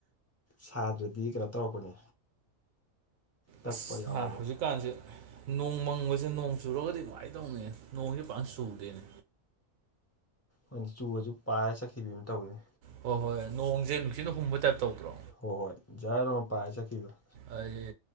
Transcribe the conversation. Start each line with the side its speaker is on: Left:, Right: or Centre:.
Left: ꯁꯥꯗ꯭ꯔꯗꯤ ꯀꯩꯅꯣ ꯇꯧꯔꯛꯄꯅꯦ ꯀꯛꯄ
Right: ꯑꯁ
Left: ꯌꯥꯎꯕꯅꯦ
Right: ꯅ ꯍꯧꯖꯤꯛ ꯀꯥꯟꯁꯦ ꯅꯣꯡ ꯃꯪꯕꯁꯦ ꯅꯣꯡ ꯆꯨꯔꯒꯗꯤ ꯅꯨꯡꯉꯥꯏꯗꯧꯅꯦ ꯅꯣꯡꯁꯦ ꯄꯥꯛ ꯆꯨꯗꯦꯅꯦ
Left: ꯍꯣꯏꯅꯦ ꯆꯨꯔꯖꯨ ꯄꯥꯏꯔ ꯆꯠꯈꯤꯕ ꯑꯃ ꯇꯧꯋꯅꯦ
Right: ꯍꯣꯏ ꯍꯣꯏ ꯅꯣꯡꯖꯦ ꯅꯨꯡꯁꯤꯠꯅ ꯍꯨꯝꯕꯩ ꯇꯥꯏꯞ ꯇꯧꯗ꯭ꯔꯣ
Left: ꯍꯣꯏ ꯍꯣꯏ ꯌꯥꯏꯔꯣꯝ ꯄꯥꯏꯔ ꯆꯠꯈꯤꯕ
Right: ꯑꯗꯤ